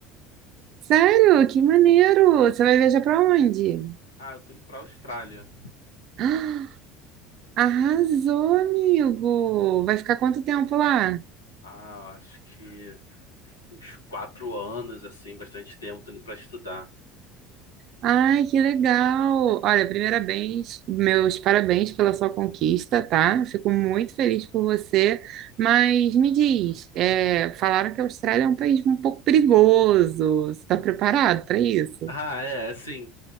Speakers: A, on the left; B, on the right.
A: Então,
B: Sério? Que maneiro! Você vai viajar para onde?
A: ah, eu tô indo pra Austrália.
B: <gasps> Arrasou, amigo! Vai ficar quanto tempo lá?
A: Ah, eu acho que uns quatro anos, assim, bastante tempo, tô indo pra estudar.
B: Ai, que legal! Olha, primeiramente, meus parabéns pela sua conquista, tá? Fico muito feliz por você, mas me diz, é, falaram que a Austrália é um país um pouco perigoso. Você está preparado para isso?
A: Ah, é, assim,